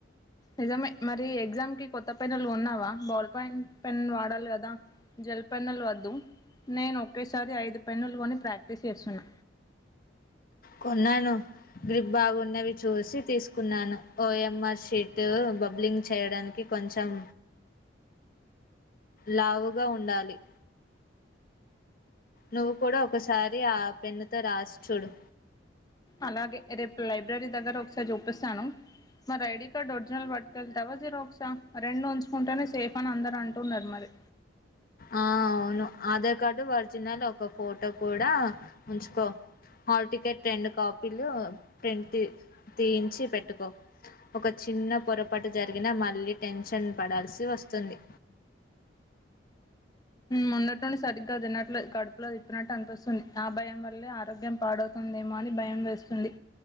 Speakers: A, on the left (about 20°); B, on the left (about 50°).
A: నిజమే మరి ఎగ్జామ్ కి కొత్త పెన్నులు కొన్నావా బాల్ పెన్ వాడాలి కదా జెల్పెన్నులు వద్దు నేనొకేసారి అయిదు పెన్నులు కొని ప్రాక్టీస్ చేస్తున్నా
B: కొన్నాను గ్రిప్ బాగున్నవి చూసి తీసుకున్నాను ఓఎంఆర్ షీట్ బబ్లింగ్ చేయడానికి కొంచెం లావుగా ఉండాలి నువ్వు కూడా ఒకసారి ఆ పెన్నుతో రాసిచుడు
A: అలాగే రేపు లైబ్రరీ దగ్గర ఒకసారి చూపిస్తాను మరి ఐడి కార్డ్ ఒరిజినల్ పట్టుకేలతవ జిరాక్సా రెండు ఉంచుకుంటేనే సేఫ్ అని అందరు అంటున్నారు మరి
B: ఆ అవును ఆధార్ కార్డు ఒరిజినల్ ఒక ఫోటో కూడా ఉంచుకో హాల్ టికెట్ రెండు కాపీలు ప్రింట్ తీయించి పెట్టుకో ఒక చిన్న పొరపాటు జరిగినా మళ్ళీ టెన్షన్ పడాల్సి వస్తుంది
A: మొన్నటి నుండి సరిగ్గ తినట్లే కడుపులో తిప్పినట్టు అనిపిస్తుంది ఆ భయం వల్లే ఆరోగ్యం పాడవుతుందేమో అని భయం వేస్తుంది